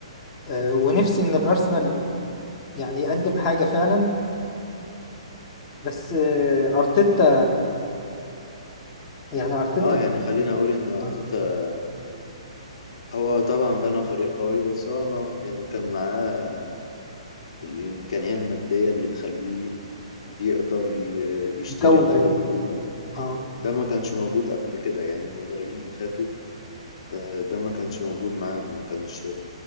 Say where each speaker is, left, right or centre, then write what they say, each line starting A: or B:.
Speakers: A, on the left; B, on the left.
A: آه ونفسي ان الارسنال يعني يقدم حاجه فعلا بس آه ارتيتا يعني ارتيتا
B: اه يعني خلينا اقول ان ارتيتا
A: آه
B: هو طبعا بنى فريق قوي بس هو ما يعني كان معاه الامكانية المادية اللي تخليه يقدر ي- يشتري
A: يكون
B: اللعيبة
A: فريق
B: دي كلها
A: اه
B: ده ما كانش موجود قبل كده يعني المدربين اللي فاتوا آه، ده ما كانش موجود معاهم ما كانش